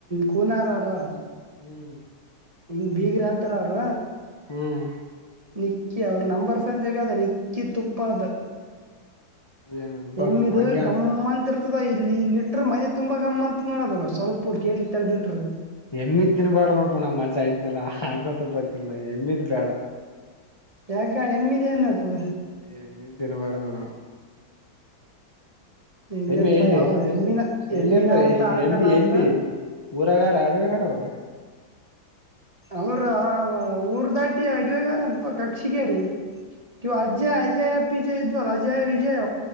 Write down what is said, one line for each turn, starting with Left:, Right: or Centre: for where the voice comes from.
Right: ಕೂನಾರ ಅವರು
Left: ಹ್ಞೂ
Right: ಹಿಂಗ್ ಬೀಗ್ರ ಹತಾರ ಅವರ
Left: ಹ್ಮ್
Right: ನಿಕ್ಕಿ ಅವ್ರ ನಂಬರ್ ಫನ್ ತಗಾದ ನಿಕ್ಕಿ ತುಪ್ಪ ಅದು
Left: ಏನನ್ಪಾ
Right: ಎಮ್ಮ ಇದು
Left: ಹಂಗ್ಯ
Right: ಗಮ್ಮಂತರ್ ಇತದ ಇಲ್ಲಿ ಇಲ್ಲಿ ಇಟ್ಟ್ರ ಮನೆ ತುಂಬಾ ಗಮ್ಮ ಅಂತ ನೋಡೋದ ಸ್ವಲ್ಪ ಕೇಲಿ ತೆಗ್ದಿಟರು
Left: ಎಮ್ಮಿತ್ ತಿನ್ ಬೇಡ ಮಾಡೋ್ಪ ನಾ ಮಜ ಆಯ್ನಲ್ಲ ಹಾಕತಪ್ಪತಿ ನ ಎಮ್ಮತ್ ಬೇಡ
Right: ಯಾಕ ಹೆಮ್ಮಿದೆ ನದು
Left: ಎಮಿ ತಿಿನಬಡ ನಡ
Right: ಹಿಂಗೇನಪಾ
Left: ಎಮ್ಮಿ ಎಲ್ಲಿ
Right: ಅವ್ರ ಎಮ್ಮಿನ
Left: ಎಲ್ಲಿ
Right: ಎಮ್ಮಿ
Left: ಇರ್ತಾರೆ
Right: ನಾವಂತ ಆಕ
Left: ಎಮ್ಮಿ
Right: ನಾವಂತ
Left: ಎಲ್ಲಿ ಊರಗಾರ ಅಡವೆಗಾರ ಅವರು
Right: ಅವರು ಊರು ದಾಟಿ ಅಡವೆಗಾರ ಅನ್ಪ ಕಕ್ಷಿಗ ರೀ ಕವ
Left: ಹೌದಾ
Right: ಅಜಯ್ ಅಜಯ್ ಪಿಜಯ್ ಇದ್ವಲ್ಲ ಅಜಯ್ ವಿಜಯ್